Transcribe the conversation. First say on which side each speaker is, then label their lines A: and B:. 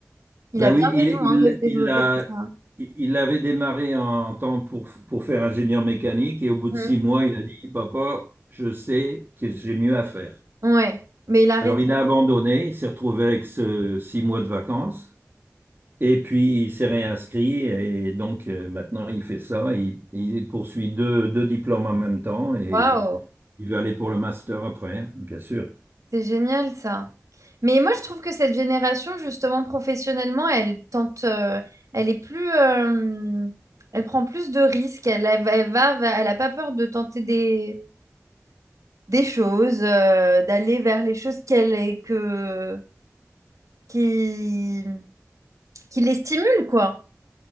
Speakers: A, on the right; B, on the right.
A: Il
B: Ben
A: a bien
B: oui, il,
A: raison
B: il,
A: hein, de se développer
B: il a,
A: pour ça.
B: il avait démarré en temps pour, pour faire ingénieur mécanique et au bout
A: Mm.
B: de six mois, il a dit, Papa, je sais que j'ai mieux à faire.
A: Ouais, mais il a
B: Alors
A: raison.
B: il a abandonné, il s'est retrouvé avec ce six mois de vacances et puis il s'est réinscrit et donc euh, maintenant il fait ça, il, il poursuit deux, deux diplômes en même temps et
A: Waouh,
B: il veut aller pour le master après, hein, bien sûr.
A: c'est génial ça. Mais moi, je trouve que cette génération, justement, professionnellement, elle tente, euh, elle est plus, euh, elle prend plus de risques. Elle, elle va, elle va- elle a pas peur de tenter des, des choses, euh, d'aller vers les choses qu'elle est que qui, qui les stimulent, quoi.